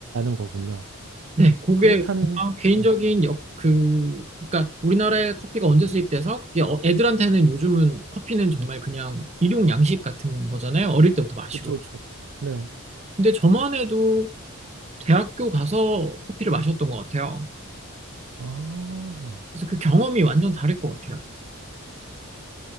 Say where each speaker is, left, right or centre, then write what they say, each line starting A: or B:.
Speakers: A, on the right; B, on the right.
A: 거군요.
B: 네, 그게
A: 그렇다면
B: 그냥 개인적인
A: 네,
B: 역, 그, 그러니까 우리나라에 커피가 언제 수입돼서 그게 어- 애들한테는 요즘은 커피는 정말 그냥 일용 양식 같은 거잖아요. 어릴 때부터 마시고.
A: 그렇죠, 그렇죠. 네.
B: 근데 저만 해도 대학교 가서 커피를 마셨던 것 같아요.
A: 아,
B: 그래서 그 경험이 완전 다를 것 같아요.